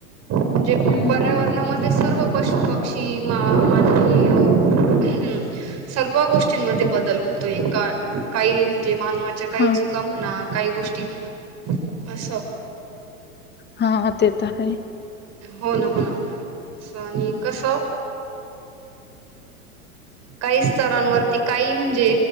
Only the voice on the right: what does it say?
म्हणजे
पर्यावरणामध्ये सर्व पशु पक्षी मा मानवी अ हम सर्व गोष्टींमदे बदल होतोय का काई म्हणजे मानवाच्या काई
चुका म्हणा काही गोष्टी आस
हो ना, हो ना असं आणि कस काई स्तरांवरती काई म्हणजे